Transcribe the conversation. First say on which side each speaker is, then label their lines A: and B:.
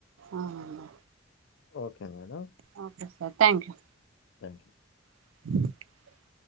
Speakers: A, on the right (about 75°); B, on the left (about 60°).
A: అవున్నా
B: okay madam
A: okay sir thank you
B: thank you
A: <inaudible>